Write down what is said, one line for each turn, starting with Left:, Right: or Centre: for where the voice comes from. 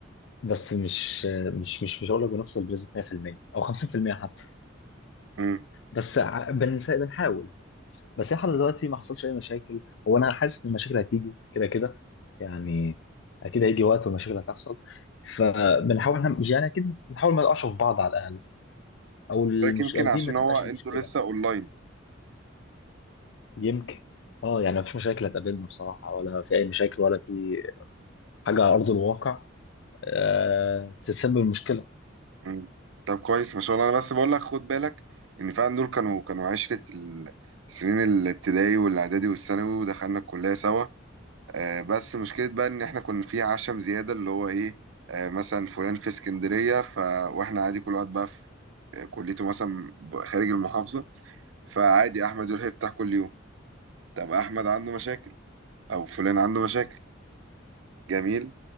Left: بس مش مش مش مش هقول لك بنوصل بنسبه 100% او 50% حتى
Right: امم
Left: بس ع- بنسا- بنحاول بس لحد دلوقتي ما حصلش اي مشاكل هو انا حاسس ان المشاكل هتيجي كده كده يعني اكيد هيجي وقت والمشاكل هتحصل فبنحاول احنا مش- يعني اكيد بنحاول ما نقعش في بعض على الاقل او المش...
Right: يمكن
Left: او
Right: عشان
Left: دي ما تبقاش
Right: هو انتوا
Left: المشكله
Right: لسه اونلاين
Left: يمكن اه يعني ما فيش مشاكل هتقابلنا بصراحه ولا في اي مشاكل ولا في حاجه على ارض الواقع آه، تسبب مشكله
Right: مم. طب كويس ما شاء الله انا بس بقول لك خد بالك ان فعلا دول كانوا كانوا عشرة ال- السنين الابتدائي والاعدادي والثانوي ودخلنا الكلية سوا آه بس مشكلة بقى ان احنا كنا في عشم زيادة اللي هو ايه آه مثلا فلان في اسكندرية ف واحنا عادي كل واحد بقى في كليته مثلا خارج المحافظة فعادي احمد يروح يفتح كل يوم طب احمد عنده مشاكل او فلان عنده مشاكل جميل